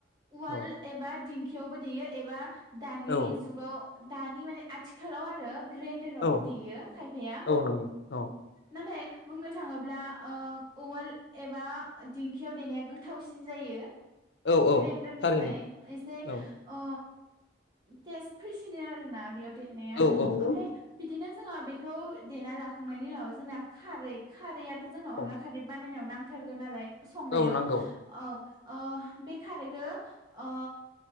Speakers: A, on the right; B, on the left.
A: उवाल
B: औ
A: एबा दिंखियावबो देयो एबा दानि
B: औ
A: जुगाव दानि मान ने आथिखालाव आरो ग्रेनडारावबो
B: औ
A: देयो खायफाया।
B: औ नंगौ औ
A: नाथाय बुंनो थाङोब्ला ओ उवाल एबा दिंखियाव देनाया गोथावसिन जायो।
B: <inaudible>
A: ग्रेन्दारनिसाय
B: थारैनो
A: एसे
B: औ
A: अ टेस्ट फैसिनो आरोना बेयाव देरनाया
B: औ औ
A: ओमफ्राय बिदिनो जोङो बेखौ देना लाखांनायनि उनाव जोंना खारै खारैयाथ' जोंनो
B: औ
A: अनला खारै बानायनायाव नांथारगो नालाय संनायाव
B: औ नांगौ
A: औ ओ बे खारैखो ओ